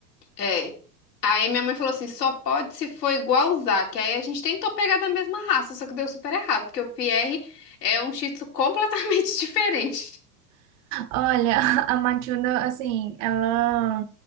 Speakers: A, on the left; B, on the right.
A: é. Aí minha mãe falou assim, só pode se for igual o Zac. Aí a gente tentou pegar da mesma raça, só que deu super errado, porque o Pierre é um Shih Tzu completamente <laughs> diferente.
B: Olha, <laughs> a Matilda, assim, ela.